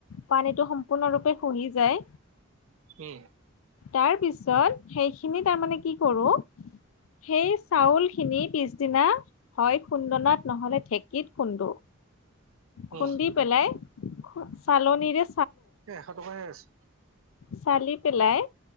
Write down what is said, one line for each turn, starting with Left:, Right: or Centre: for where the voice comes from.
Left: পানীটো সম্পূৰ্ণৰূপে শুহি যায়
Right: উম।
Left: তাৰ পিছত সেইখিনি তাৰমানে কি কৰো সেই চাউল খিনি পিছদিনা হয় খুন্দনাত নহলে থে গীত খুন্দো খুন্দি
Right: উম
Left: পেলাই চালনিৰে
Right: এ এশ টকাইে আছে।
Left: চালি পেলাই